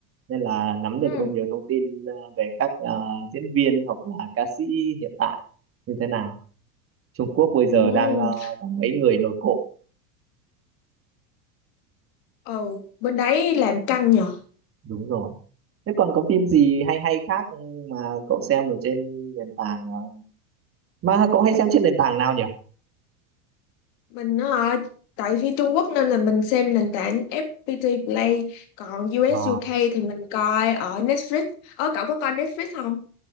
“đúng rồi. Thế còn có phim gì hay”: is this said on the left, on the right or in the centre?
Right